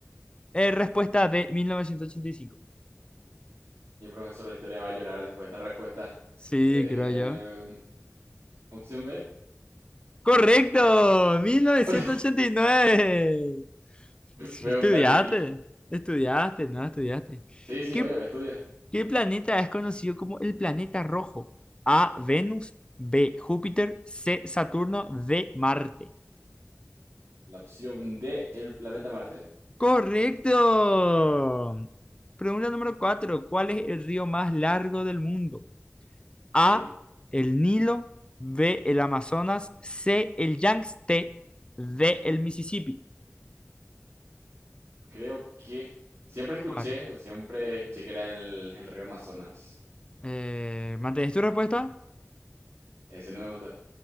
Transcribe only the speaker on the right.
Mi profesor de historia va a llorar después de esta respuesta.
Eh,
opción B.
<laughs>
Pregúntate
a ti.
Sí, sí,
oye, estudia.
La opción D, el planeta Marte.
Ok.
Creo que siempre escuché,
o siempre escuché que era el, el río Amazonas.
Ese no me gustó